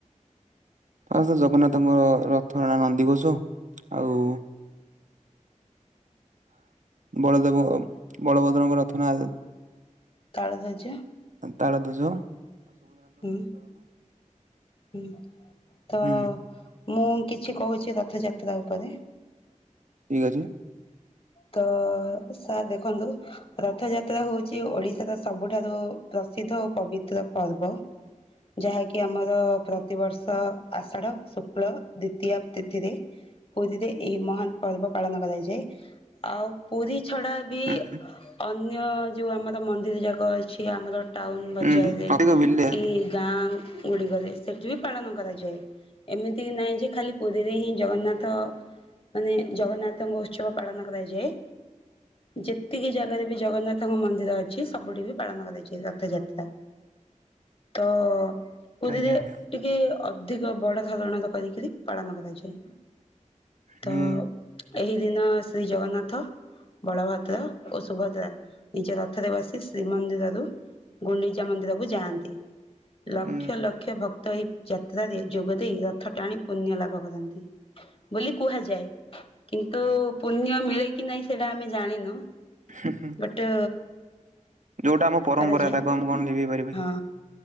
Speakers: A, on the right (about 70°); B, on the left (about 45°).
A: ଆଉ ଜଗନ୍ନାଥଙ୍କ ରଥ ହେଲା ନନ୍ଦିଘୋଷ ଆଉ ବଳଦେବ ବଳଭଦ୍ରଙ୍କ ରଥ ନା?
B: ତାଳ ଧ୍ଵଜ।
A: ତାଳ ଧୂଜ,
B: ହୁଁ ହୁଁ ତ
A: ହୁଁ
B: ମୁଁ କିଛି କହୁଛି ରଥଯାତ୍ରା ଉପରେ?
A: ଠିକ ଅଛି।
B: ତ ସାର୍ ଦେଖନ୍ତୁ ରଥଯାତ୍ରା ହଉଛି ଓଡିଶାର ସବୁଠାରୁ ପ୍ରସିଦ୍ଧ ଓ ପବିତ୍ର ପର୍ବ। ଯାହାକି ଆମର ପ୍ରତିବର୍ଷ ଆଷାଢ, ଶୁକ୍ଳ, ଦ୍ଵିତୀୟ ତିଥିରେ ପୁରୀରେ ଏହି ମହାନ ପର୍ବ ପାଳନ କରାଯାଏ। ଆଉ ପୁରୀ ଛଡା ବି
A: ହୁଁ
B: ଅନ୍ୟ ଯୋଉଁ ଆମର ମନ୍ଦିର ଯାକ ଅଛି ଆମର ଟାଉନ ବଜାରରେ
A: ହୁଁ ହୁଁ ଅଧିକ ବିଲେ
B: କି ଗାଁ ଗୁଡି କରେ ସେଠି ବି ପାଳନ କରାଯାଏ। ଏମିତି ନାହିଁ ଯେ ଖାଲି ପୁରୀରେ ହିଁ ଜଗନ୍ନାଥ ମାନେ ଜଗନ୍ନାଥଙ୍କ ଉତ୍ସବ ପାଳନ କରାଯାଏ। ଯେତିକି ଜାଗାରେ ବି ଜଗନ୍ନାଥଙ୍କ ମନ୍ଦିର ଅଛି ସବୁଠି ବି ପାଳନ କରାଯାଏ ରଥଯାତ୍ରା। ତ ପୁରୀରେ
A: ଆଜ୍ଞା ଆଜ୍ଞା।
B: ଟିକେ ଅଧିକ ବଡ ଧରଣର କରିକିରି ପାଳନ କରାଯାଏ। ତ
A: ହୁଁ
B: ଏହି ଦିନ ଶ୍ରୀ ଜଗନ୍ନାଥ, ବଳଭଦ୍ର ଓ ସୁଭଦ୍ରା ନିଜ ରଥରେ ବସି ଶ୍ରୀମନ୍ଦିରରୁ ଗୁଣ୍ଡିଚା ମନ୍ଦିର କୁ ଯାଆନ୍ତି। ଲକ୍ଷ
A: ହୁଁ
B: ଲକ୍ଷ ଭକ୍ତ ତ ଏଇ ଯାତ୍ରାରେ ଯୋଗ ଦେଇେରଥ ଟାଣି ପୁଣ୍ୟ ଲାଭ କରନ୍ତି। ବୋଲି କୁହାଯାଏ କିନ୍ତୁ ପୁଣ୍ୟ ମିଳେ କିି ନାହିଁ ସେଇଟା ଆମେ ଜାଣିନୁ?
A: ହୁଁ ହୁଁ
B: ବଟ୍
A: ଯୋଉଟା ଆମ ପରମ୍ପରା
B: କରାଯାଏ।
A: ତାକୁ ଆମେ କଣ ଲିଭେଇ ପାରିବା କି?
B: ହଁ,